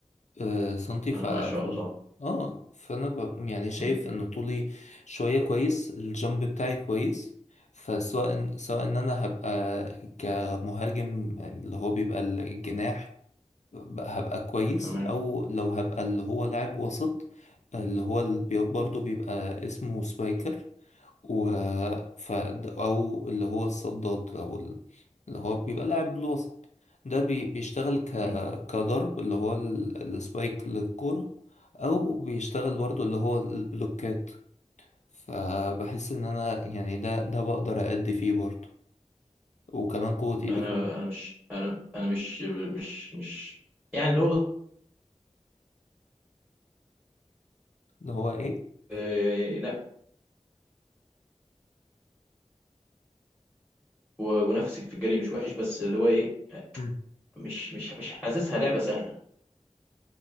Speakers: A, on the left; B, in the centre.
A: آه، سنتي
B: آه
A: ف... ف...
B: ما شاء الله
A: اه فانا ب... يعني شايف
B: امم
A: ان طولي شويه كويس الجامب بتاعي كويس فسواء إن... سواء ان انا هبقى كمهاجم يعني اللي هو بيبقى الجناح ب- هبقى كويس
B: تمام
A: او لو هبقى اللي هو لاعب وسط اللي هو اللي بي... برضه بيبقى اسمه سبايكر و ف... او اللي هو الصداد او ال- اللي هو بيبقى لاعب بالوسط ده بي... بيشتغل ك...
B: امم
A: كضرب اللي هو ال... السبايك للكرة او بيشتغل برضو اللي هو البلوكات فبحس ان انا يعني ده ده بقدر أأدي فيه برضو وكمان قوة ايدي
B: انا
A: كويس
B: انا مش انا انا مش مش مش يعني اللي هو
A: اللي هو ايه
B: آه، ينق- و- ونفسك في الجري مش وحش بس اللي هو ايه
A: مم.
B: مش مش مش حاسسها لعبة سهلة